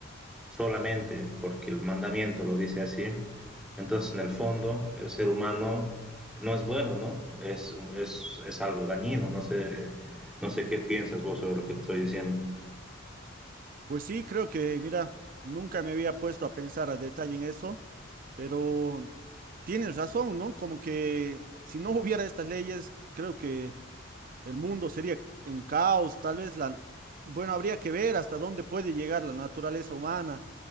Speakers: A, in the centre; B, on the right (about 40°).
A: solamente porque el mandamiento lo dice así, entonces en el fondo el ser humano no es bueno, ¿no? Es, es, es algo dañino, no sé, no sé qué piensas vos sobre lo que te estoy diciendo.
B: Pues sí, creo que, mira, nunca me había puesto a pensar a detalle en eso, pero tienes razón, ¿no? Como que si no hubiera estas leyes, creo que el mundo sería un caos, tal vez la... Bueno, habría que ver hasta dónde puede llegar la naturaleza humana